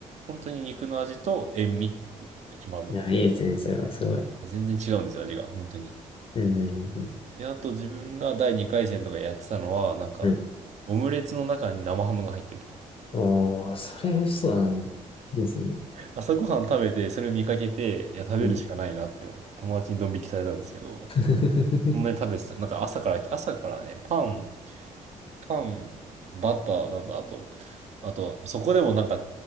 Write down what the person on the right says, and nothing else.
本当に肉の味と塩味っていうのが決まるの
で、全然違うんですよ、味が、本当に。
で、あと自分が第2回戦とかやってたのは、なんか、
オムレツの中に生ハムが入ってるとか。
朝ごはん食べて、それ見かけて、いや、食べるしかないなって思って、
友達にドン引きされたんですけど、
そんなに食べてた。なんか朝から、朝からね、パン、パン、バター、なんだ、あと、あと、そこでもなんか、